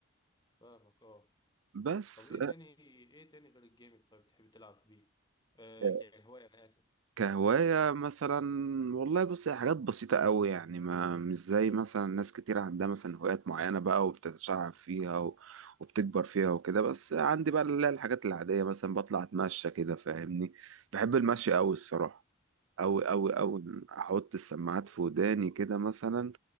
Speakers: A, on the left; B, on the right.
A: فاهمك اه
B: بس
A: طب ايه تاني ايه تاني غير الجيمنج طيب بتحب تلعب بيه آه
B: آه،
A: كهواية انا اسف
B: كهواية مثلا والله بص هي حاجات بسيطة قوي يعني ما مش زي مثلا ناس كتير عندها مثلا هوايات معينة بقى وبتتشعب فيها و... وبتكبر فيها وكده بس عندي بقى اللي هي الحاجات العادية مثلا بطلع أتمشى كده فاهمني بحب المشي قوي الصراحة أوي أوي
A: اه
B: أوي أحط السماعات في وداني كده مثلا